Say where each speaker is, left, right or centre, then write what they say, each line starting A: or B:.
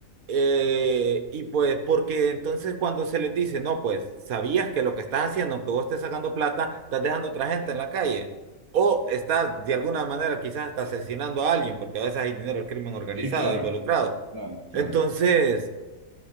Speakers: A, on the right (about 85°); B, on the right (about 20°).
A: Eh, y pues, porque entonces cuando se les dice, no, pues, sabías que lo que estás haciendo, aunque vos estés sacando plata, estás dejando a otra gente en la calle. O estás de alguna manera quizás hasta asesinando a alguien, porque a veces hay dinero del crimen organizado
B: Sí, claro,
A: involucrado.
B: claro, claro,
A: Entonces,